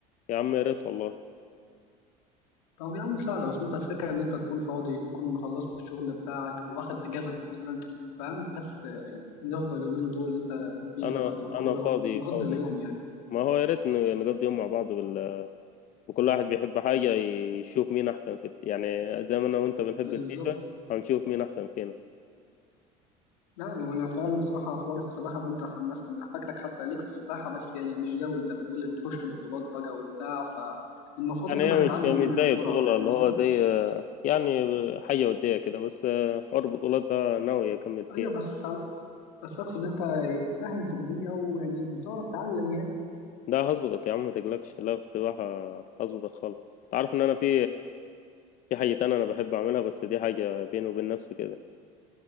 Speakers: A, on the left; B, on the left.
A: يا عم يا ريت والله
B: طب يا عم سهله بس انت الفكره ان انت تكون فاضي تكون خلصت الشغل بتاعك او واخد اجازه مثلا فاهم بحس يعني نفضل اليومين دول انت فيفا
A: انا
B: بقى وكوره
A: انا فاضي
B: ونقضي
A: فاضي
B: اليوم يعني
A: ما هو يا ريت ن- نقضي يوم مع بعض بال... وكل واحد بيحب حاجة يشوف مين احسن في يعني زي ما انا وانت بنحب
B: بالظبط
A: الفيفا هنشوف مين احسن فينا
B: لا هو انا فعلا بصراحه حوار السباحه ده انت حمستني انا فاكرك حتى ليك في السباحه بس يعني مش جوي انت بتقول لي بتخش في بطولات بقى وبتاع فالمفروض
A: يعني
B: ان
A: هي
B: انا هتعلم
A: مش مش
B: منك
A: زي
B: بسرعه
A: بطولة
B: فاهمني
A: اللي هو زي يعني حاجة ودية كده بس حوار البطولات ده ناوي اكمل
B: ايوه
A: فيه
B: بس بس اقصد ان انت فاهم في الدنيا ويعني بتعرف تعلم يعني
A: ده هظبطك يا عم ما تقلقش لا في السباحة هظبطك خالص تعرف ان انا في في حاجة تانية انا بحب اعملها بس دي حاجة بيني وبين نفسي كده